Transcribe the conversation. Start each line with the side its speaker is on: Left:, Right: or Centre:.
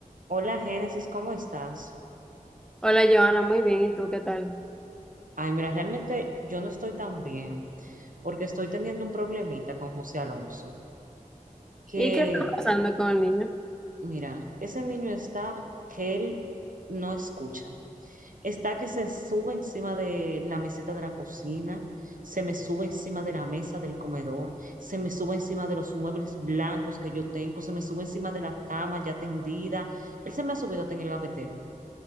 Right: Hola Génesis, ¿cómo estás?
Centre: Hola, Joana, muy bien. ¿Y tú qué tal?
Right: Ay, mira, realmente yo no estoy tan bien porque estoy teniendo un problemita con José Alonso, que
Centre: ¿Y qué está pasando con el niño?
Right: mira, ese niño está que él no escucha, está que se sube encima de la meseta de la cocina, se me sube encima de la mesa del comedor, se me sube encima de los muebles blancos que yo tengo, se me sube encima de la cama ya tendida, él se me ha subido hasta en el gavetero.